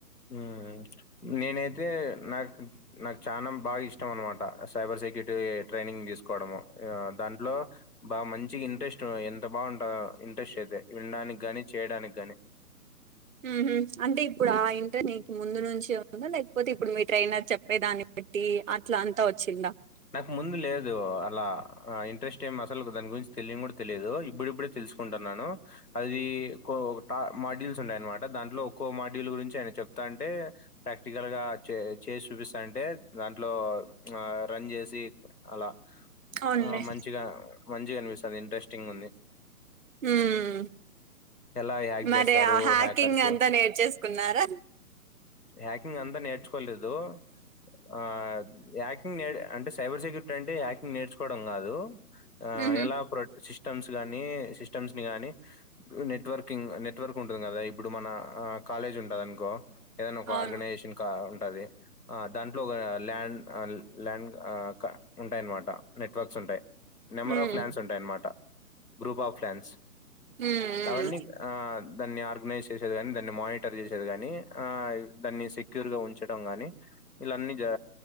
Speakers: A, on the left (about 85°); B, on the right (about 60°).
A: హ్మ్ నేనైతే నాకు నాకు చానా బాగా ఇష్టం అనమాట సైబర్ <unintelligible> ట్రైనింగ్ తీసుకోవడము దాంట్లో బా మంచి ఇంట్రెస్ట్ ఎంత బాగుంటందో ఇంట్రెస్ట్ అయితే వినడానికి గాని చేయడానికి గాని
B: ఊహూ అంటే ఇప్పుడు ఆ ఇంట నీకు ముందు నుంచి ఉందా లేకపోతే ఇప్పుడు మీ ట్రైనర్ చెప్పేదాన్ని బట్టి అట్ల అంతా వచ్చిందా
A: నాకు ముందు లేదు అలా ఇంట్రెస్ట్ ఏమి అసలుకి దాని గురించి తెలియని కూడా తెలియదు ఇప్పుడుప్పుడే తెలి తెలుసుకుంటున్నాను అది ట మాడ్యూస్ ఉండాయన్నమాట దాంట్లో ఒక్కో మాడ్యూల్ గురించి ఆయన చెప్ త అంటే ప్రాక్టికల్ గా చే చేసి చూపిస్తాంటే దాంట్లో ఆ రన్ చేసి అలా
B: అవునులే
A: ఆ మంచిగా మంచిగ అనిపిస్తుంది ఇంట్రెస్టింగా ఉంది
B: ఉమ్
A: ఎలా హ్యాక్
B: మరి
A: చేస్తారు
B: ఆ హ్యాకింగ్
A: హ్యాకర్సు
B: అంతా నేర్చేసుకున్నారా
A: హ్యాకింగ్ అంతా నేర్చుకోలేదు ఆ హ్యాకింగ్ నె అంటే సైబర్ సెక్యూరిటీ అంటే హ్యాక్కింగ్ నేర్చుకోవడం కాదు ఆ
B: ఉహు
A: ఎలా ప్రో సిస్టమ్స్ గాని సిస్టమ్స్ ని గాని నెట్వర్కింగ్ నెట్వర్క్ ఉంటుంది కదా ఇప్పుడు మన కాలేజ్ ఉంటదనుకో ఏదైనా ఒక
B: అవును
A: ఆర్గనైజేషన్ ఉంటది ఆ దాంట్లో ఒక ల్యాండ్ ఆ ల్యాండ్ ఉంటాయన్నమాట నెట్వర్క్స్ ఉంటాయి నెంబర్
B: ఉమ్
A: ఆఫ్ లాండ్స్ ఉంటాయన్నమాట గ్రూప్ ఆఫ్ లాండ్స్
B: హ్మ్
A: అవన్నీ ఆ దాన్ని ఆర్గనైజ్ చేసేది గాని దాన్ని మానిటర్ చేసేది గాని ఆ దాన్ని ఈ సెక్యూర్ గా ఉంచడం గానీ ఇలా అన్నీ చే